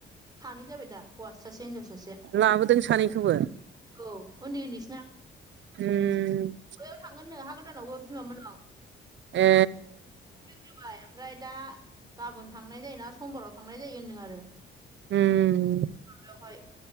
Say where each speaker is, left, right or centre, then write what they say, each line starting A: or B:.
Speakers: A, on the right; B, on the right.
A: सानै जाबाय दा हौवासा सासे हिन्जाव सासे।
B: लाबोदों सानैखौबो?
A: औ ओन्दै ओन्दैसोना।
B: उम
A: बैयाव थांगोननो हा गोदानावबो बिमा मोननाव
B: ए
A: होबाय ओमफ्राय दा गाबोन थांनाय जायोना समबाराव थांनाय जायो होनदों आरो।
B: उम
A: माबायावहाय